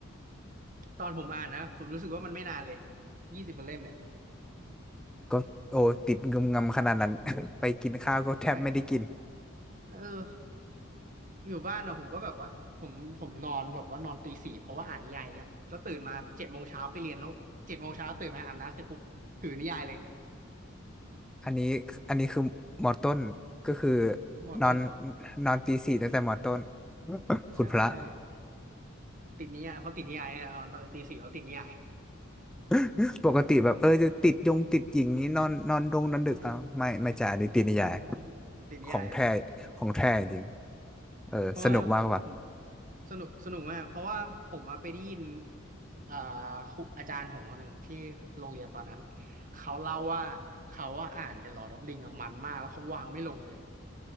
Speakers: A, on the right (about 40°); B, in the centre.
A: ตอนผมอ่านนะผมรู้สึกว่ามันไม่นานเลยยี่สิบกว่าเล่มเนี่ย
B: ก็โอ้ติดงุมงำขนาดนั้น <laughs> ไปกินข้าวก็แทบไม่ได้กิน
A: ใช่เออ อยู่บ้านอะผมก็แบบว่าผมผมนอนแบบว่านอนตีสี่เพราะว่าอ่านนิยายนะแล้วตื่นมาเจ็ดโมงเช้าไปเรียนแล้วเจ็ดโมงเช้าตื่นมาอาบน้ำเสร็จปุ๊บถือนิยายเลย
B: อันนี้อันนี้คือมอต้นก็คือ
A: มอต้นครับ
B: นอนนอนตีสี่ตั้งแต่มอต้น <laughs> คุณพระ
A: ใช่ใช่ติดนิยายเพราะติดนิยายเนี่ยนอนตอนตีสี่เพราะติดนิยาย
B: <laughs> ปกติแบบเออจะติดยงติดหญิงนี้นอนนอนดงนอนดึกอ่ะไม่ไม่จ่าอันนี้ตีนิยาย
A: อืม <laughs> ว่ผมผมติดนิยายครับ
B: ของแท้ของแท้จริง เออสนุกมากป่ะ
A: เพราะว่าผมสนุกสนุกมากเพราะว่าผมอะไปได้ยินอ่าครูอาจารย์ผมคนหนึ่งที่โรงเรียนตอนนั้นเขาเล่าว่าเขาว่าอ่าน The Lord of Ring อะมันมากแล้วเขาวางไม่ลงเลย